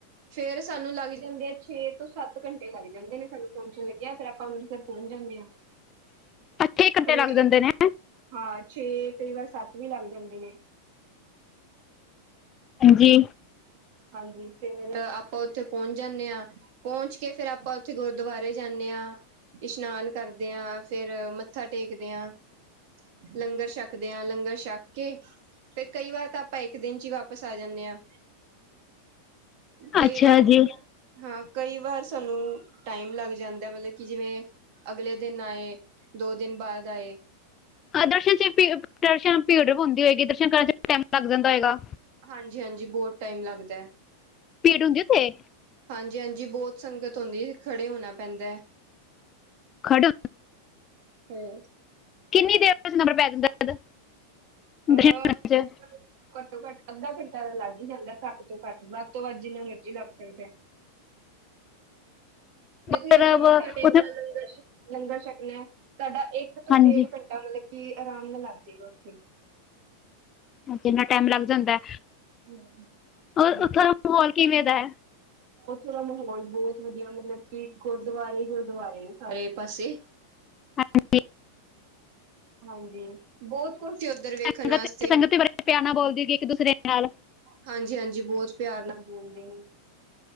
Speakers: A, on the right (about 45°); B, on the left (about 25°).
A: ਫਿਰ ਸਾਨੂੰ ਲੱਗ ਜਾਂਦੇ ਆ ਛੇ ਤੋਂ ਸੱਤ ਘੰਟੇ ਲੱਗ ਜਾਂਦੇ ਨੇ ਸਾੰਨੂ ਪਹੁੰਚਣ ਲੱਗਿਆਨ ਫੇਰ ਅੱਪਾਂ ਅੰਮ੍ਰਿਤਸਰ ਪਹੁੰਚ ਜਾਂਦੇ ਆਂ।
B: <inaudible> ਘੰਟੇ
A: ਫਿਰ
B: ਲੱਗ
A: ਉੱਥੇ
B: ਜਾਂਦੇ ਨੇ
A: ਹਾਂ ਛੇ ਕਈ ਵਾਰ ਸੱਤ ਵੀ ਲੱਗ ਜਾਂਦੇ ਨੇ।
B: ਹਾਂਜੀ
A: ਹਾਂਜੀ ਤੇ ਮੈਨੂੰ ਆਪਾਂ ਉਥੇ ਪਹੁੰਚ ਜਾਦੇ ਆਂ ਪਹੁੰਚ ਕੇ ਫੇਿਰ ਆਪਾਂ ਉੱਥੇ ਗੁਰਦੁਆਰੇ ਜਾਂਦੇ ਹਾਂ। ਇਸ਼ਨਾਨ ਕਰਦੇ ਆਂ ਫਿਰ ਮੱਥਾ ਟੇਕਦੇ ਆਂ। ਲੰਗਰ ਛੱਕਦੇ ਆਂ ਲੰਗਰ ਛਕ ਕੇ। ਫਿਰ ਕਈ ਵਾਰ ਤਾਂ ਅੱਪਾ ਇਕ ਦਿਨ ਚ ਹੈ ਵਾਪਸ ਆ ਜਾਂਦੇ ਆਂ। ਕਈ
B: ਅੱਛਾ
A: ਵਾਰ
B: ਜੀ
A: ਹਾਂ ਕਈ ਵਾਰ ਸਾਨੂੰ ਟਾਈਮ ਲੱਗ ਜਾਂਦਾ ਮਤਲਬ ਕਿ ਜਿਵੇੰ ਅਗਲੇ ਦਿਨ ਆਏ ਦੋ ਦਿਨ ਬਾਅਦ ਆਏ।
B: ਹ ਦਰਸ਼ਨ ਚ ਭੀ ਦਰਸ਼ਨ ਭੀੜ ਹੁੰਦੀ ਹੋਏਗੀ ਦਰਸ਼ਨ ਕਰਨ ਚ ਟਾਈਮ ਲੱਗ ਜਾਂਦਾ ਹੈਗਾ।
A: ਹਾਂਜੀ ਹਾਂਜੀ ਬਹੁਤ ਟਾਈਮ ਲਗਦਾ ਹੈ।
B: ਭੀੜ ਹੁੰਦੀ ਉੱਥੇ
A: ਹਾਂਜੀ ਹਾਂਜੀ ਬਹੁਤ ਸੰਗਤ ਹੁੰਦੀ ਖੜੇ ਹੋਣਾ ਪੈਂਦਾ ਏ।
B: ਖਡ
A: ਹਮ
B: ਕਿੰਨੀ ਦੇਰ ਤਕ ਨੰਬਰ ਪੈ ਦਿੰਦਾ ਦਜ <unintelligible>
A: ਅਹ ਘੱਟੋ ਘੱਟ ਅੱਧਾ ਘੰਟਾ ਤਾਂ ਲੱਗ ਹੀ ਜਾਂਦਾ ਘੱਟ ਤੋਂ ਘੱਟ ਵੱਧ ਤੋਂ ਵੱਧ ਜਿੰਨਾ ਮਰਜ਼ੀ ਲੱਗ ਜਾਂਦਾ ਏ। ਤੁਸੀਂ
B: ਮਤਲਬ
A: ਇਥੇ ਮੱਥਾ ਟੇਕ
B: ਉੱਥੇ
A: ਨਾਲ ਲੰਗਰ ਲੰਗਰ ਛਕਣਾ ਤੁਹਾਡਾ ਇੱਕ ਤੋਂ
B: ਹਾਂਜੀ
A: ਡੇਢ ਘੰਟਾ ਤਾਂ ਮਤਲਬ ਕਿ ਆਰਾਮ ਨਾਲ ਲੱਗ ਜਾਏਗਾ ਉੱਥੇ।
B: ਕਿੰਨਾ ਟਾਈਮ ਲੱਗ ਜਾਂਦਾ
A: ਹਮ
B: <unintelligible>
A: ਹਾਂਜੀ।
B: ਮਾਹੌਲ ਕਿਵੇਂ ਦਾ
A: ਉੱਥੋਂ ਦਾ ਮਾਹੌਲ ਬਹੁਤ ਵਧੀਆ ਮਤਲਬ ਕਿ ਗੁਰਦੁਆਰੇ ਗੁਰਦੁਆਰੇ ਨੇ ਸਾਰੇ ਪਾਸੇ।
B: ਹਾਂਜੀ
A: ਹਾਂਜੀ ਬਹੁਤ ਸੀੇ ਉੱਧਰ ਵੇਖਣ
B: ਸੰਗਤ
A: ਵਾਸਤੇ।
B: ਸੰਗਤ ਦੇ ਬਾਰੇ ਪਿਆਰ ਨਾਲ ਬੋਲਦੀ ਹੈਗੀ ਇੱਕ ਦੂਸਰੇ ਨਾਲ
A: ਹਾਂਜੀ ਹਾਂਜੀ ਬਹੁਤ ਪਿਆਰ ਨਾਲ ਬੋਲਦੇ ਨੇ